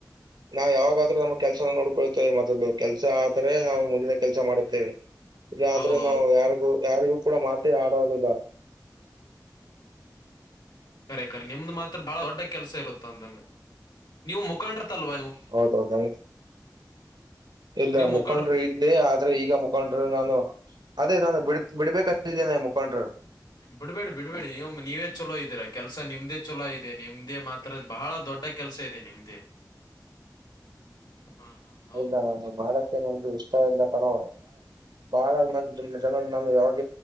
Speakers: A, on the right; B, on the left.
A: ನಾವ್ ಯಾವಾಗಾದ್ರೂ <unintelligible> ಕೆಲ್ಸವನ ನೋಡ್ಕೊಳ್ತೇವೆ ಮೊದಲು ಕೆಲ್ಸ ಆದ್ರೆ ನಾವು ಮುಂದಿನ ಕೆಲ್ಸ ಮಾಡುತ್ತೇವೆ. ಇಲ್ಲ
B: ಹೌದೌದು
A: ಆದ್ರೆ ನಾವು ಯಾರಿಗೂ ಯಾರಿಗೂ ಕೂಡ ಮಾತೆ ಆಡೋದಿಲ್ಲ.
B: ಕರೆ ಕರೆ ನಿಮ್ದು ಮಾತ್ರ ಭಾಳ ದೊಡ್ಡ ಕೆಲಸ ಇರುತ್ತೆ ಅಂದಂಗ ನೀವು ಮುಖಂಡರತಲ್ವಾ ನೀವು?
A: ಹೌದೌದಯತ್ ಇಲ್ಲ
B: ನೀವು
A: ಮುಖಂಡ್ರಿ
B: ಮುಖಂಡ್ರ
A: <unintelligible> ಆದ್ರೆ ಈಗ ಮುಖಂಡರು ನಾನು ಅದೇ ನಾನು ಬಿಡ್ ಬಿಡ್ಬೇಕಂತಿದ್ದೇನೆ ಮುಖಂಡರು.
B: ಬಿಡ್ಬೇಡಿ ಬಿಡ್ಬೇಡಿ ನೀವು ನೀವೇ ಚಲೋ ಇದೀರಾ ಕೆಲ್ಸ ನಿಮ್ದೇ ಚಲೋ ಇದೆ ನಿಮ್ದೇ ಮಾತ್ <unintelligible> ಬಹಳ ದೊಡ್ಡ ಕೆಲಸ ಇದೆ ನಿಮ್ದೇ. ಹ ಹ
A: ಹೌದಾ <unintelligible> ಮಾಡಕ್ಕೆ ನಿಮ್ಗೆ ಇಷ್ಟ ಇಲ್ಲ ತಾನೇ <unintelligible> <unintelligible> ನಾನು ಯಾವಾಗ